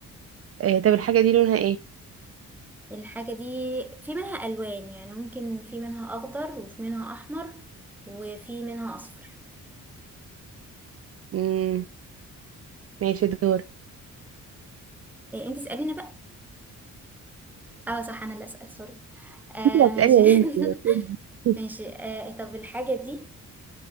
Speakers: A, on the right; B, in the centre.
A: آه، طب الحاجة دي لونها ايه
B: الحاجة دي في منها ألوان يعني ممكن في منها أخضر وفي منها أحمر وفي منها أصفر
A: مم، ماشي دور
B: إيه انت اسأليني بقى اه صح انا اللي أسأل سوري آه
A: انت اللي هتسألي
B: ماشي <laughs>
A: يا بنتي
B: ماشي
A: <laughs>
B: آه طب الحاجة دي